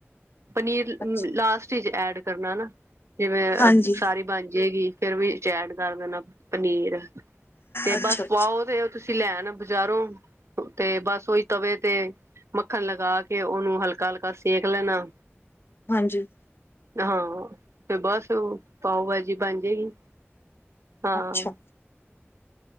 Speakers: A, on the right (about 80°); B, on the left (about 55°).
A: ਪਨੀਰ
B: ਅੱਛਾ
A: ਲਾਸਟ ਇਚ ਐਡ ਕਰਨਾ ਨਾ ਜਿਵੇਂ
B: ਹਾਂਜੀ
A: ਸਾਰੀ ਬਣ ਜਾਏਗੀ। ਫੇਰ ਵੀ ਚੈਡ ਕਰ ਦੇਣਾ ਪਨੀਰ। ਤੇ
B: ਅੱਛਾ
A: ਬਸ
B: ਅੱਛਾ
A: ਪਾਓ ਤੇ ਤੁਸੀਂ ਲੈ ਆਣਾ ਬਜ਼ਾਰੋਂ ਤੇ ਬਸ ਉਹੀ ਤਵੇ ਤੇ ਮੱਖਣ ਲਗਾ ਕੇ ਉਹਨੂੰ ਹਲਕਾ ਹਲਕਾ ਸੇਕ ਲੈਣਾ।
B: ਹਾਂਜੀ।
A: ਹਾਂ ਤੇ ਬਸ ਪਾਓ ਭਾਜੀ ਬਣ ਜਾਏਗੀ। ਹਾਂ।
B: ਅੱਛਾ